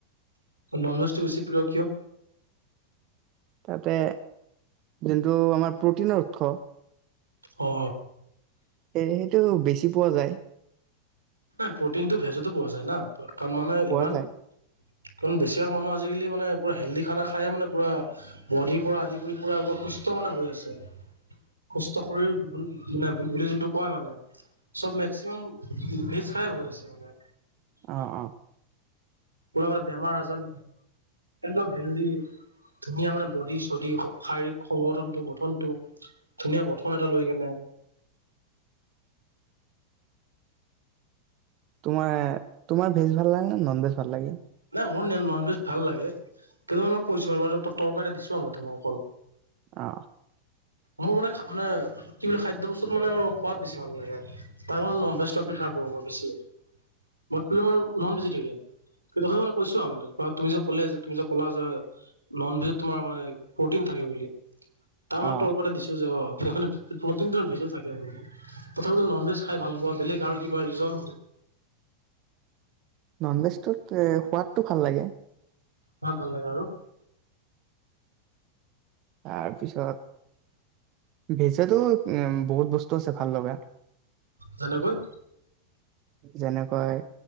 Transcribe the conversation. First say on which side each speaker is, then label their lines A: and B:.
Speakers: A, on the right; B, on the right.
A: নন ভেজটো বেছি প্ৰিয় কিয়?
B: তাতে জোনটো আমাৰ প্ৰটিনৰ উৎস,
A: অ
B: সেইহেতু বেছি পোৱা যায়।
A: প্ৰটিনটো ভেজতো পোৱা যায় না কাৰণ মানে
B: পোৱা
A: ইমান।
B: যায়
A: কাৰণ বেছিভাগ মানুহ আজিকালি মানে পুৰা হেল্ডি খানা খায় মানে পুৰা, বদি পৰা আদি কৰি পুৰা আকৌ সুস্থ মানে হৈ আছে। সুস্থ শৰীৰ মানে বুলি যোনটো কয় মানে চব মেক্সিমাম, ভেজ খাই হৈ আছে মানে।
B: অ অ
A: পোৰা মানে বেমাৰ আজাৰ একদম হেল্ডি। ধুনীয়া মানে বডি চডি শাৰীৰিক সংগঠনটো গঠনটো। ধুনীয়া গঠন এটা লৈ কেনে,
B: তোমাৰ তোমাৰ ভেজ ভাল লাগে নে নন ভেজ ভাল লাগে,
A: নাই মোৰ নন ভেজ ভাল লাগে কিন্তু মে মই কৈছো তৰ্ক এটা দিছো মই তোমাক অকল।
B: অ
A: মোৰ মানে খাবলে, কি বুলি খাদ্য বস্তুত মানে মোৰ সোৱাদ বেছি ভাল লাগে, তাত মানে ননভেজ টো প্ৰিফাৰ কৰো মই বেছি। মই পিয়ৰ নন ভেজিটেৰিয়ান। তথে মানে কৈছো আৰু মানে তুমি যে ক'লে যে তুমি যে ক'লা যে, নন ভেজত তোমাৰ মানে প্ৰটিন থাকে বুলি তাৰ মই
B: অ
A: তৰ্ক এটা দিছো। অ প্ৰটিন টো ভেজত থাকে বুলি। তথাপিও ননভেজ খাই ভাল পোৱা বেলেগ আৰু কিবা ৰিজন,
B: নন ভেজটোত সোৱাদটো ভাল লাগে।
A: সোৱাদ ভাল লগে আৰু,
B: তাৰ পিছত, ভেজটো উম বহুত বস্তু আছে ভাল লগা।
A: যেনেকৈ
B: যেনেকাই